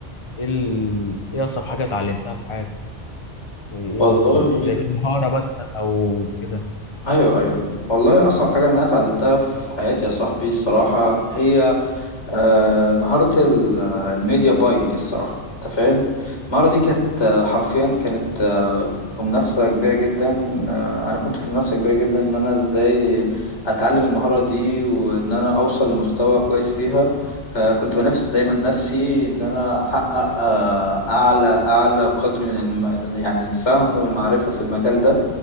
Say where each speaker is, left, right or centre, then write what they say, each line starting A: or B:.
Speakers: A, on the left; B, on the left.
A: ايه ال... ايه اصعب حاجة اتعلمتها في حياتك زي ايه
B: والله
A: مثلا زي بالمهارة مثلا او كده
B: ايوه ايوه والله اصعب حاجه ان انا اتعلمتها في حياتي يا صاحبي الصراحه هي آه، مهارة ال- آه، الميديا باينج الصراحة انت فاهم المهارة دي كانت آه، حرفيا كانت آه، في منافسة كبيرة جدا آه، انا كنت في منافسة كبيرة جدا ان انا ازاي اتعلم المهارة دي وان انا اوصل لمستوى كويس فيها فكنت بنافس دايما نفسي ان انا احقق آه، اعلى اعلى قدر من الم... يعني الفهم والمعرفة في المجال ده